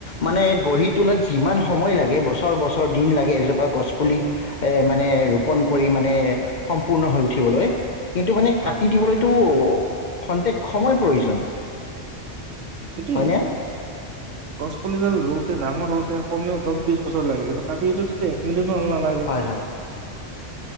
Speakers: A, on the left (about 45°); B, on the right (about 85°).
A: মানে গঢ়ি তোলাত যিমান সময় লাগে বছৰ বছৰ দিন লাগে এজোপা গছ পুলি এ মানে ৰোপন কৰি মানে সম্পূৰ্ণ হৈ উঠিবলৈ। কিন্তু মানে
B: হয়
A: কাটি দিবলৈতো খন্তেক সময় প্ৰয়োজন।
B: ইটোৱে।
A: হয়নে
B: গছপুলিডাল ৰোওতে ডাঙৰ হওঁতে কমেও দহ বিছ বছৰ লাগে কিন্তু <unintelligible> এক <unintelligible> <unintelligible> নালাগে।
A: হয় হয়